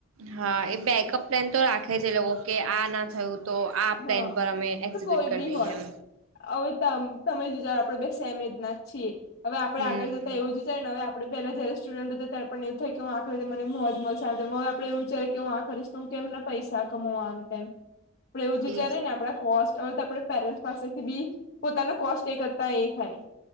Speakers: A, on the right; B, on the left.
A: હા એ બેકઅપ પ્લાન તો રાખે છે લોકો કે આ ના થયું. તો આ પ્લાન
B: હા
A: પર અમે એક્ઝીક્યુટ
B: તો કોઈ
A: કર
B: બી
A: દઈએ
B: હોય
A: એમ.
B: હવે તમ તમે જ આપડે બે સમ એજ ના જ છીએ. હવે આપણે
A: હમ
B: આગળ જતા એવું જ વિચાર્યું ને હવે આપણે પેલા જ્યારે સ્ટુડન્ટ હતો ત્યારે પણ એવું થાય કે હું આ કરું તો મને મોજ મળશે આ હવે આપડ એવું વિચારે કે હું આ કરીશ. તો હું કેમના પૈસા કમાવ આમ તેમ. આપણે એવું જ વિચારીએ
A: એજ
B: ને આપડા કોસ્ટ હવે તો આપણે પેરેન્ટ પાસેથી બી પોતાના કોસ્ટ એ કરતા એ થાય.